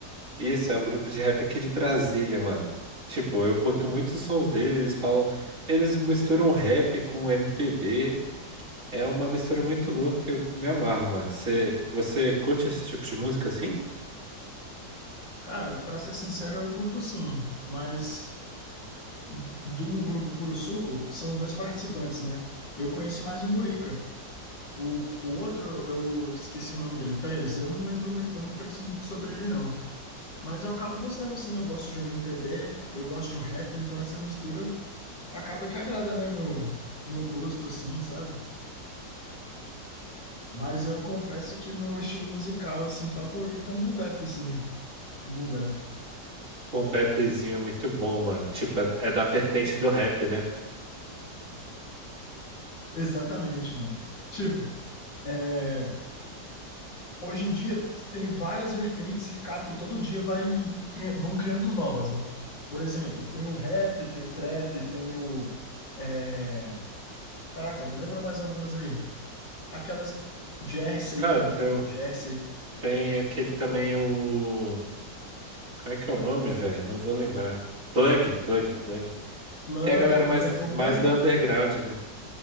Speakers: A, on the right; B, on the left.
A: Isso, é um grupo de rap aqui de Brasília, mano. Tipo, eu curto muito os sons deles, eles falam, eles misturam rap com MPB. É uma mistura muito louca que eu me amarro, mano. Você, você curte esse tipo de música assim?
B: Cara, pra ser sincero, eu curto sim, mas do grupo Puro Suco são dois participantes, né? Eu conheço mais o Murica. O, o outro, eu esqueci o nome dele, o Pérez, eu não lembro muito, eu não conheço muito sobre ele, não. Mas eu acabo gostando sim, eu gosto de um MPB, eu gosto de um rap, então essa mistura acaba que agrada, né, meu, meu gosto, assim, sabe? Mas eu confesso que o meu estilo musical, assim, favorito é um boom bap, assim. Um boom bap.
A: Um bapzinho é muito bom, mano. Tipo, é, é da vertente do rap, né?
B: Exatamente, mano. Tipo, é, hoje em dia tem várias vertentes e, cada, e todo dia vai, cri- vão criando as novas, né? Por exemplo, tem o rap, tem o trap, tem o... é, Caraca, me lembra mais algumas aí. Aquelas... Jersey,
A: Cara,
B: né?
A: tem,
B: Tem
A: o-
B: o Jersey.
A: tem aquele também o Como é que é o nome, velho? Não vou lembrar. Plug, Plug, Plug.
B: Plug,
A: Que é a galera
B: tem
A: mais,
B: o plug. O
A: mais
B: plug
A: do underground, né?